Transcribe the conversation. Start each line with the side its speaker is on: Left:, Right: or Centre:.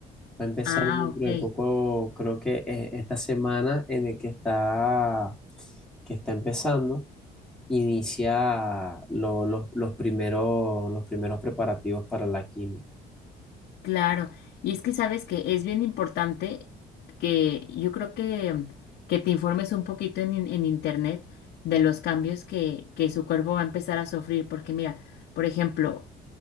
Centre: Va a empezar
Left: Ah,
Centre: dentro
Left: ok.
Centre: de poco, creo que eh, esta semana en el que está, que está empezando, inicia lo- los, los primeros, los primeros preparativos para la quimio.
Left: Claro, y es que sabes que es bien importante que yo creo que, que te informes un poquito en, in- en internet de los cambios que, que su cuerpo va a empezar a sufrir, porque mira, por ejemplo,